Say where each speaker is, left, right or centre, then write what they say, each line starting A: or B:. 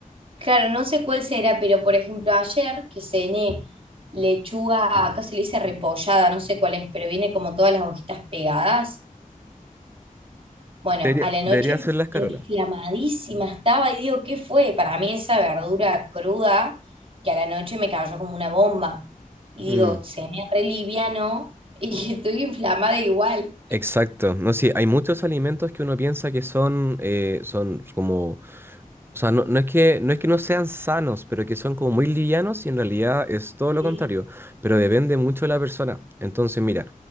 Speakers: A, on the right; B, on the right.
A: claro, no sé cuál será, pero por ejemplo ayer que cené lechuga, acá se le dice repollada, no sé cuál es, pero viene como todas las hojitas pegadas Bueno,
B: Debería,
A: a la noche
B: debería ser la escarola.
A: inflamadísima estaba y digo, ¿qué fue? Para mí esa verdura cruda que a la noche me cayó como una bomba. Y
B: Mm.
A: digo, cené re liviano y <laughs> estoy inflamada igual.
B: Exacto, no sí, hay muchos alimentos que uno piensa que son, eh, son como, o sea, no, no es que, no es que no sean sanos, pero que son como muy livianos y en realidad es todo lo
A: Sí,
B: contrario, pero depende mucho de la persona. Entonces, mira,